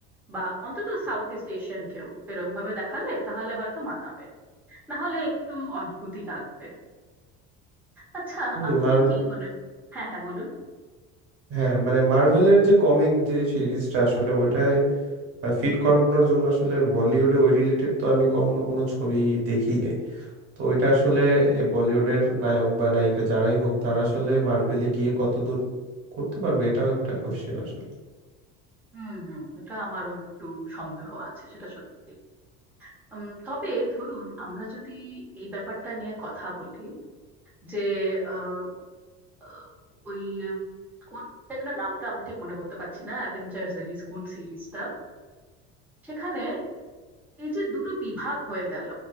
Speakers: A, in the centre; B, on the right.
A: বা অন্তত সাউথ ইস্ট এশিয়ান কেউ এরকম ভাবে দেখালে তাহলে হয়তো মানাবে না হলে একটু অদ্ভুতই লাগবে আচ্ছা
B: হুম
A: আপনি
B: আর
A: কি মনে হ্যাঁ হ্যাঁ বলুন
B: হ্যাঁ মানে মার্ভেলের যে কমিক যে সিরিজটা আসলে ওইটায় ফিট করানোর জন্য আসলে বলিউডে ওই রিলেটেড তো আমি কখনো কোনো ছবি দেখি নাই। তো ওইটা আসলে এ বলিউডের নায়ক বা নায়িকা যারাই হোক তারা আসলে মার্ভেলে গিয়ে কতদূর করতে পারবে এটাও একটা কোশ্চেন আসলে
A: হুম হুম এটা আমারও একটু সন্দেহ আছে সেটা সত্যি উম, তবে ধরুন আমরা যদি এই ব্যাপারটা নিয়ে কথা বলি যে আহ, আহ, ওই উম, কোন মুভিটা যেন নামটা আমি ঠিক মনে করতে পারছি না অ্যাভেঞ্জার্স সিরিজ কোন সিরিজটা সেখানে এই যে দুটো বিভাগ হয়ে গেল